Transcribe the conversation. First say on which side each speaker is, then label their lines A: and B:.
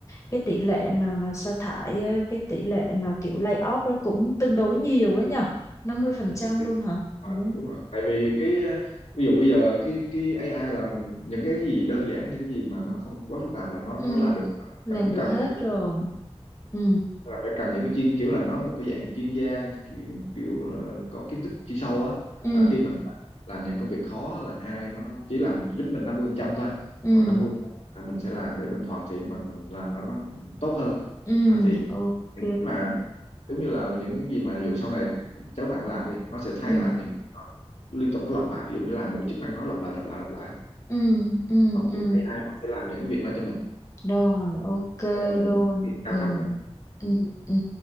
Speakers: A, on the left; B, on the left.
A: cái tỷ lệ mà mà sa thải à, cái tỷ lệ mà kiểu lay off đó cũng tương đối nhiều ấy nhở năm mươi phần
B: Như
A: trăm
B: cái-
A: luôn hả Ồ,
B: à, đúng rồi tại vì cái ờ, ví dụ bây giờ cái cái AI là mình những cái gì đơn giản những gì mà nó không quá phức tạp là nó
A: ừ
B: nó làm được rồi.
A: làm
B: mình không
A: được
B: cần
A: hết
B: cái
A: rồi ừ
B: là phải cần những cái chuyên kiểu là nó một cái dạng chuyên gia kiểu, kiểu là có kiến thức chuyên sâu á
A: ừ
B: là khi mình làm những công việc khó là ai nó chỉ làm giúp mình 50% thôi
A: ừ
B: còn 50 là mình sẽ làm để mình hoàn thiện mình mình làm nó nó tốt hơn
A: ừ
B: đó, thì
A: ok
B: những cái mà giống như là những cái gì mà dù sau này cháu bạn làm đi nó sẽ thấy
A: ừ
B: lại những liên tục nó lặp lại ví dụ như là một chức năng nó lặp lại lặp lại lặp lại
A: ừ ừ
B: không
A: ừ
B: thì AI nó sẽ làm những cái việc đó cho mình
A: Rồi, ok
B: Còn
A: luôn.
B: mình những cái việc cao
A: Ừ.
B: cấp hơn Ừ.
A: Ừ, ừ,